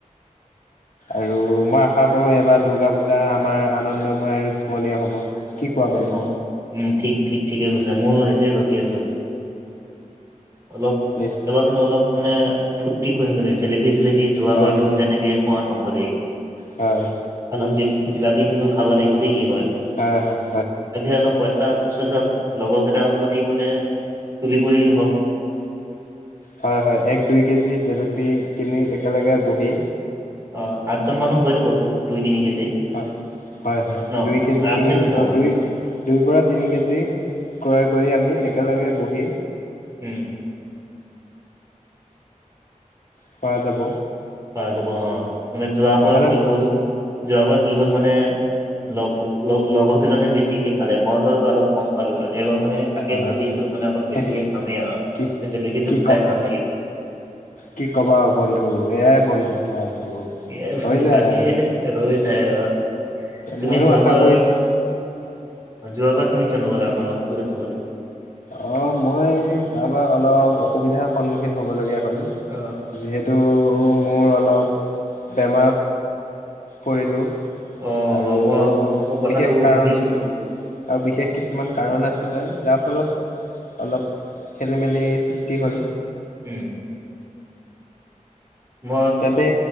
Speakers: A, on the left (about 75°); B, on the right (about 25°).
A: আৰু মই আশা কৰো এইবাৰ দুৰ্গা পূজা আমাৰ আনন্দময় আৰু স্মৰণীয় হব। কি কোৱা বন্ধু
B: অ উম ঠিক ঠিক ঠিকে কৈছা মই সেইটোৱে ভাবি আছো। অলপ
A: নিচ
B: এবাৰ কিন্তু অলপ মানে ফূৰ্তি কৰিম মানে। <unintelligible> জেলেবি চেলেপি যোৱাবাৰতো
A: হয় হয়
B: তেনেকে খোৱা নহলেই
A: হয়
B: আনক যি। জিলাপি কিন্তু খাব লাগিব দেই এইবাৰ?
A: অ হ
B: আজিহে অলপ। পইচাচ লগৰ কেইটাৰ প্ৰতি মানে তুলি কৰি হওক। <unintelligible>
A: হয় হয় এক দুই কেজি জেলেপি কিনি একেলগে বহি।
B: অ আঠজন মানুহ হৈ যাবতো দুই। তিনি কেজি
A: হয় হয় হয়
B: ন
A: দুই কেজি
B: আৰামছে
A: কিনি
B: হৈ যাব
A: অঁ দুই দুই পৰা তিনি কেজি ক্ৰয়। কৰি আমি একেলগে বহি।
B: উম
A: খোৱা যাব
B: পাৰা যাব অ মানে যোৱাবাৰ
A: নহ'লে
B: কি হ'ল যোৱাবাৰ কি হ'ল মানে। লগ লগৰ কেইজনে বেছিকে খালে মই হয় অলপ গম পালো এই। মানে তাকে
A: হয়
B: ভাবিছো মানে অলপ বেছিকে
A: হয়
B: খামেই আৰু
A: কি
B: জেলেবিটো
A: কি কম
B: খাই ভাল লাগে।
A: কি ক'বা আৰু বন্ধু এয়াই বন্ধুত্ব আৰু।
B: এই বন্ধু
A: হৈ যায়
B: তাকে
A: আৰু
B: হৈ যায় অ। তুমি
A: ময়ো
B: যোৱাবাৰ
A: আশা কৰিছো।
B: যোৱাবাৰ তুমি কিয় নগ'লা আমাৰ লগত পুজা চাবলে।
A: অ মই যোৱা বাৰ অলপ অসুবিধাৰ সন্মুখীন হবলগীয়া। হ'ল
B: অ
A: যিহেতু। ত মোৰ অলপ বেমাৰ পৰিলোঁ?
B: অ
A: আৰু
B: অ মই মই কথাটো
A: বিশেষ কাৰণ।
B: শুনিছিলো
A: আৰু বিশেষ কিছুমান কাৰণ আছিলে যাৰ ফলত। অলপ খেলি মেলি সৃষ্টি হ'ল।
B: উম মই
A: তেন্তে।